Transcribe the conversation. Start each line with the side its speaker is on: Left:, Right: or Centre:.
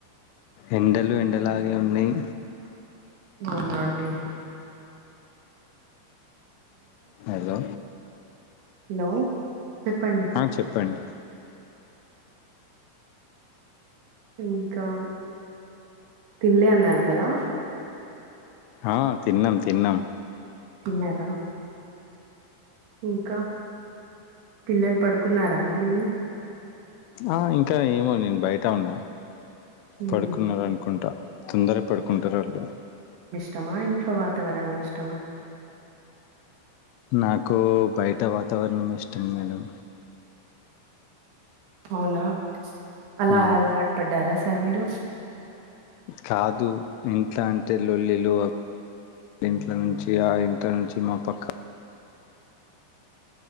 Left: ఎండలు ఎండలాగే ఉన్నాయి
Right: అవున అండీ
Left: హలో
Right: హలో చెప్పండి
Left: ఆ చెప్పండి
Right: ఇంకా తిన్లే అన్నారు కదా
Left: ఆ తిన్నం తిన్నం
Right: తిన్నర ఇంకా పిల్లలు పడుకున్నారా అండి మీరు
Left: ఆ ఇంకా ఏమో నేను బయట ఉన్నా
Right: ఉహు
Left: పడుకున్నరనుకుంటా తొందర పడుకుంటారు వాళ్ళు
Right: టమా ఇంట్లో వాతావరణం ఇష్టమా
Left: నాకు బయట వాతావరణం ఇష్టం మేడం
Right: అవునా అలా
Left: మ్మ్
Right: అలవాటు పడ్డారా సార్ మీరు
Left: కాదు ఇంట్లా అంటే లొల్లిలు అ ఇంట్ల నుంచి ఆ ఇంట్ల నుంచి మా పక్క